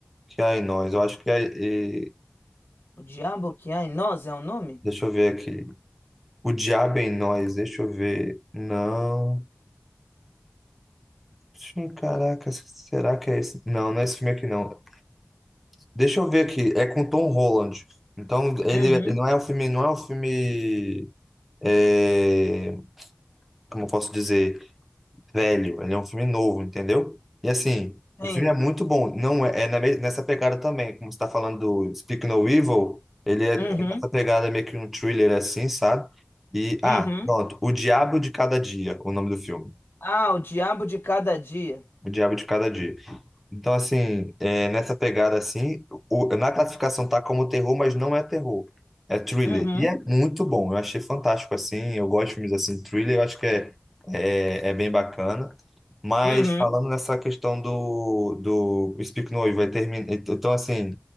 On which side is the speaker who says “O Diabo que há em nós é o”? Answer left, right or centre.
Left